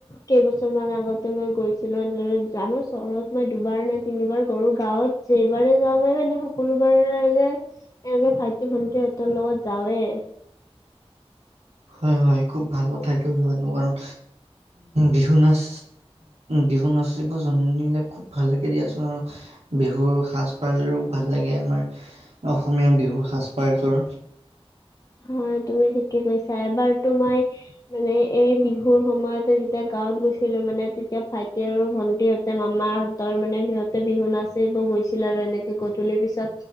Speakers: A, on the left; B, on the right.
A: কেইবছৰমান আগতে মই গৈছিলো এনেদৰে আমাৰ চহৰত মই দুবাৰ নে তিনিবাৰ গলো, গাঁৱত যেইবাৰে যাওঁ মই মানে সকলোবাৰে যে এনেকে ভা ইটি ভণ্টি সিহঁতৰ লগত যাওঁৱে।
B: হয় হয় খুব ভাল কথা এইটো যোৱাটো কাৰণ, বিহু নাচ বিহু নাচিব জানিলে খুব ভাল লাগে দিয়াচোন আৰু বিহুৰ সাজপাৰ যোৰো ভাল লাগে আমাৰ অসমীয়া বিহুৰ সাজপাৰ যোৰ।
A: হয় তুমি ঠিকে কৈছা এবাৰ তো মই মানে এই বিহুৰ সময়তে যেতিয়া গাঁৱত গৈছিলো মানে তেতিয়া ভাইটি আৰু ভন্টিয়ে মামাহঁতৰ মানে সিহঁতে বিহু নাচিব গৈছিলে আৰু এনেকে গধূলি পিছত